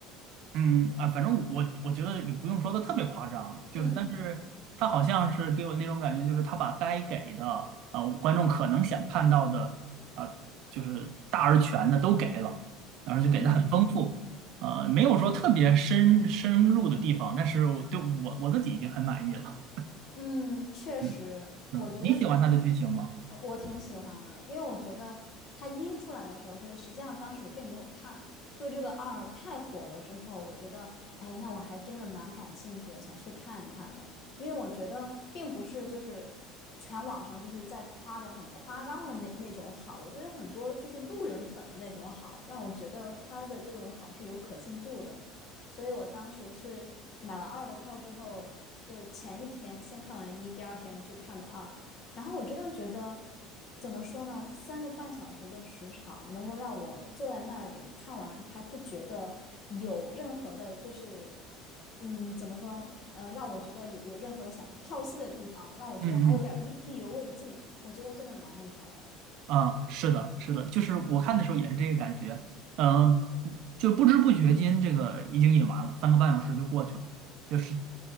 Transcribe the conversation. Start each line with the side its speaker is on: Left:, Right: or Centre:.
Right: 嗯啊，反正我我我觉得也不用说的特别夸张，就是但是他好像是给我那种感觉，
Left: 嗯。
Right: 就是他把该给的啊、观众可能想看到的啊、就是大而全的都给了，而且给的很丰富，
Left: 嗯，
Right: 呃，没有说特别深深入的地方，但是我对我我自己已经很满意了。
Left: 嗯，确实，
Right: 嗯
Left: 我觉得看，
Right: 嗯，你喜欢他的剧情吗？
Left: 呃我挺喜欢的，因为我觉得它一出来的时候，说实际上当时我并没有看，就这个二太火了之后，我觉得，哎，那我还真的蛮感兴趣的，想去看一看的，因为我觉得并不是就是全网上就是在夸的很夸张的那那种好，我觉得很多就是路人粉的那种好，让我觉得他的这种好是有可信度的。所以我当时是买了二的票之后，就前一天先看完一，第二天又去看的二。然后我真的觉得，怎么说呢？三个半小时的时长能够让我坐在那里看完，还不觉得有任何的，就是嗯，怎么说？嗯，让我觉得有有任何想跳戏的地方，让我觉得还有点儿意意犹未尽。
Right: 嗯嗯
Left: 我觉得真的蛮厉害的。
Right: 啊，是的，是的，就是我看的时候也是这个感觉，嗯，就不知不觉间这个已经演完了，三个半小时就过去了，就是